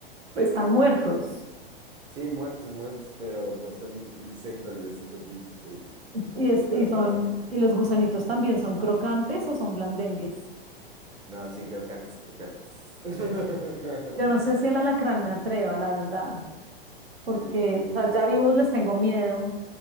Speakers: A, on the right; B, on the right.
A: están muertos.
B: Sí, muertos, muertos, pero pues son in- insectos y así son bichos. ahí. Entonces
A: Y, es-
B: está
A: y son,
B: raro.
A: y los gusanitos también son crocantes o son blandengues.
B: No, sí, crocantes, crocantes. <laughs>
A: Yo no sé si el alacrán me atreva, la verdad, porque,
B: Sí, no, yo
A: o
B: no
A: sea, ya
B: sé.
A: vivos les tengo miedo,